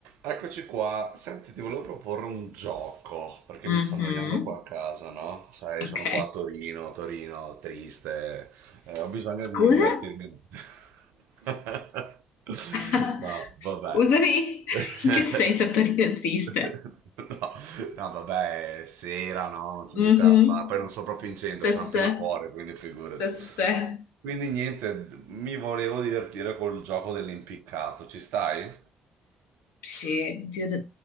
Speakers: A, on the right; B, on the left.
A: Eccoci qua, senti, ti volevo proporre un gioco, perché
B: Mhm.
A: mi sto annoiando qua a casa, no? Sai,
B: Ok.
A: sono qua a Torino, Torino, triste, eh, ho bisogno
B: Scusa?
A: di divertirmi. <laughs>
B: <laughs>
A: No,
B: Scusami?
A: vabbè. <laughs>
B: In che senso Torino è triste?
A: No, no, vabbè, è sera, no, non c'è
B: Mhm.
A: niente da fare, poi non sono proprio in centro,
B: Sesse.
A: sono appena fuori, quindi figurati.
B: Sesse.
A: Quindi niente, d- mi volevo divertire col gioco dell'impiccato, ci stai?
B: Sì, Dio, da...